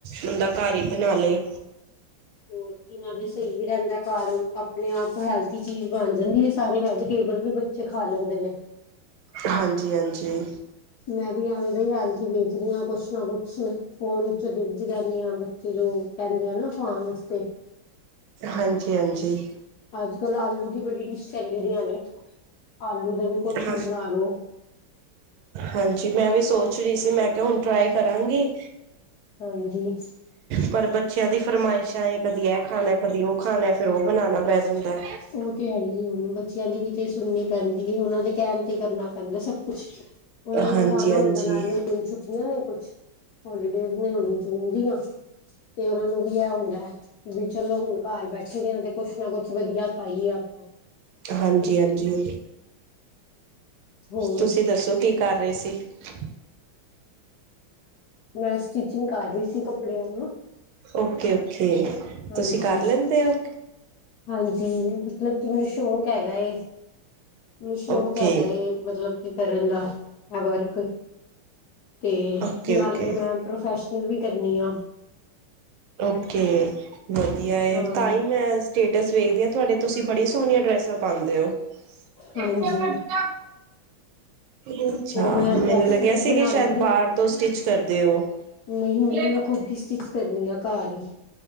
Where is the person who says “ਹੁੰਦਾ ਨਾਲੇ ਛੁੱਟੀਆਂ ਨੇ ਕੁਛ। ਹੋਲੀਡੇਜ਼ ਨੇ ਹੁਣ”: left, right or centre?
Left